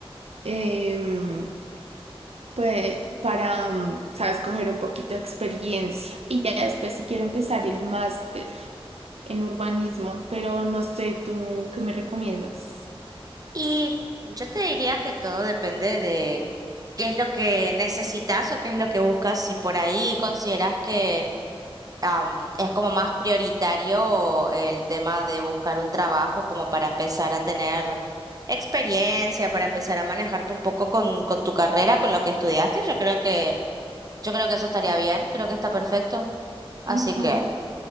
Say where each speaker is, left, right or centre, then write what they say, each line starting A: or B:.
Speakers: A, on the right (about 90°); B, on the right (about 40°).
A: em, pues, para, mm, sabes, coger un poquito de experiencia. Y ya después si quiero empezar el máster en urbanismo, pero no sé, ¿tú qué me recomiendas?
B: y yo te diría que todo depende de qué es lo que necesitas o qué es lo que buscas. Si por ahí consideras que am, es como más prioritario el tema de buscar un trabajo como para empezar a tener experiencia, para empezar a manejarte un poco con, con tu carrera, con lo que estudiaste, yo creo que, yo creo que eso estaría bien, creo que está perfecto. Así
A: Ujú.
B: que,